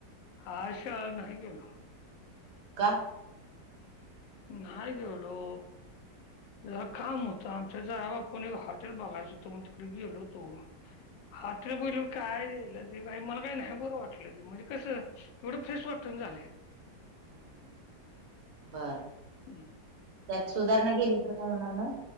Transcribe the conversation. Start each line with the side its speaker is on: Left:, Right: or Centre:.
Left: आशा नाही गेलो
Right: का?
Left: नाहीय गेलो जरा काम होतं आमच्याव आपण एक हॉटेल बघायचं होतो मग तिकडे गेलो होतो. हॉटेल बोल कायला ते बाई मला काही नाही बरं वाटलं ते म्हणजे कसं एवढं फ्रेश वाटण झाले.
Right: हम ह बर
Left: हम
Right: त्यात सुधारणा केली तर काय होणार नाही.